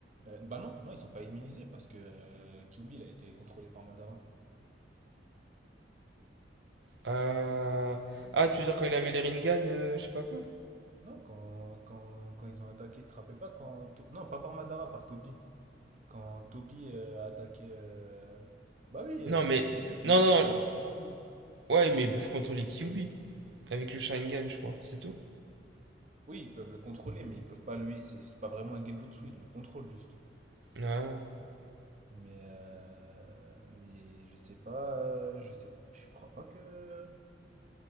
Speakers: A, on the right; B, on the right.
A: Euh, bah non, non ils sont pas immunisés parce que euh, Kyuubi il a été contrôlé par Madara.
B: Ah,
A: On
B: ah,
A: attaque.
B: tu veux dire quand il avait les Rinnegan, euh, je sais pas quoi.
A: Non, quand, quand, quand ils ont attaqué, tu te rappelles pas quand. To- Non, pas par Madara, par Toby. Quand Toby euh, a attaqué. euh, Bah oui,
B: Non,
A: euh,
B: mais.
A: mais oui,
B: Non,
A: les Uchiwa,
B: non,
A: ils ont le contrôle.
B: ouais, mais ils peuvent contrôler Kyuubi avec le Sharingan, je crois, c'est tout.
A: Oui, ils peuvent le contrôler, mais ils peuvent pas lui. C'est c'est pas vraiment un Genjutsu, ils le contrôlent juste.
B: Ah,
A: Mais. euh, Mais je sais pas. euh, Je sais. Je crois pas que.